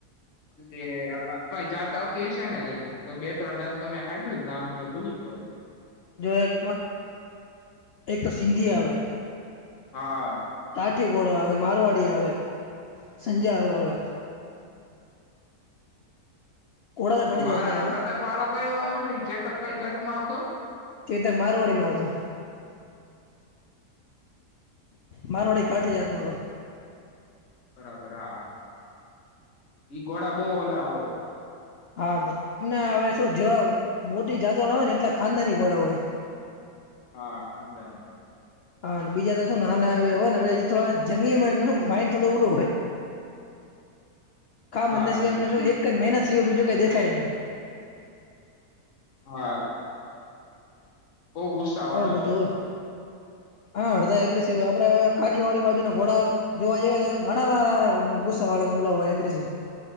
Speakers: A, on the left (about 55°); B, on the left (about 75°).
A: એટલેમારી જાત આવતી એ છે ને બે ત્રણ જાત તમે સાાભળીને આમ તો ભૂલી ગયો.
B: જો એક એક તો સિંધી આવે.
A: હા.
B: કાઠીગોળો આવે મારવાડી આવે, સંજા આવે. ઘોડા તો ઘણી
A: મહારાણા
B: જાતના આવે
A: પ્રતાપ વાળો કયો આવ ચેતક કઈ જાત માં આવતો?
B: તે તક મારવાડી માં આવતો. મારો વડ એક આઠ હજાર નો હતો.
A: બરાબર હા, ઈ ઘોડા બહ ઓલા હોય.
B: હા બ તમને હવે શું જેવા મોટી જાતો ના હોય ને એટલા ખાનદાની ઘોડા હોય.
A: હા અંધ ન બ <unintelligible>
B: હા બીજા ત શું ના આવ હોય પછ થોડા જંગલીમાં એ માઇન્ડ થોડો ઓલો હોય. કામ
A: હા
B: ધંધા સિવા એમને શ એક મહેનત સિવાય બીજું કઈ દેખાય નહી.
A: હા. બઉ બુ સવાર
B: આવું
A: આવ્યો.
B: બધું હોય હા હડદા એગ્રેસ આપડે કાઠિયાવાળડી બાજુ ના ઘોડા જોવા જઈએ તો ઘણા વાર આ ગુસ્સાવાળાને ઉલાવાગ્રેસી.